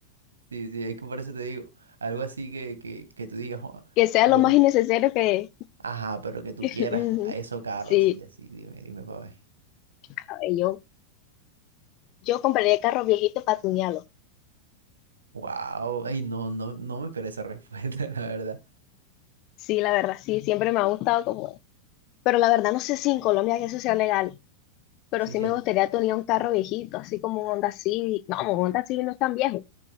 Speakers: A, on the right; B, on the left.
A: Sí, sí, es que por eso te digo, algo así que, que, que tú digas, "Joa,
B: Que sea
A: yo,
B: lo más
A: me-
B: innecesario que...
A: ajá, pero que tú
B: <laughs>
A: quieras
B: Ujú.
A: a eso caro,
B: Sí.
A: así, así, dime, dime, papá.
B: ¿sabes? Yo, yo compraría carros viejitos para tunearlos.
A: Wow, ay, no, no, no me esperé esa respuesta, <laughs> la verdad.
B: Sí, la verdad, sí, siempre me ha gustado como... Pero la verdad no sé si en Colombia que eso sea legal, pero
A: Sí,
B: sí
A: sí,
B: me
A: es
B: gustaría tunear un carro viejito, así como un Honda Civic. No, un Honda Civic no es tan viejo,